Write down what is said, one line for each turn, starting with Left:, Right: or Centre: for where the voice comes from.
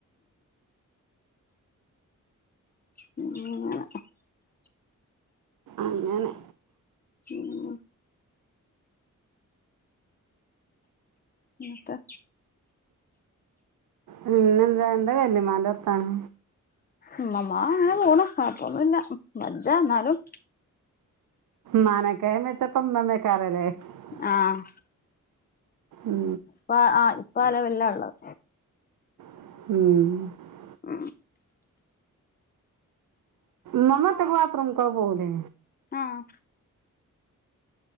Left: <unintelligible>
Right: അങ്ങനെ
Left: ഉം ഇന്നത്തെ
Right: പിന്നെന്താ എന്താ വല്ലിമ്മാന്റെ വർത്താനം?
Left: ഉമ്മമ്മ അങ്ങനെ പോണു കൊഴപ്പൊന്നും ഇല്ല വജ്ജ എന്നാലും
Right: മാനാകെയം വച്ച <unintelligible>
Left: ആഹ്
Right: ഉം
Left: ഇപ്പ ആ ഇപ്പ അലെവല്ലാള്ളത്
Right: ഉം
Left: ആ
Right: മ്മമ്മ ഒറ്റക്ക് ബാത്റൂമുക്കൊക്കെ പോവൂലെ?
Left: ആഹ്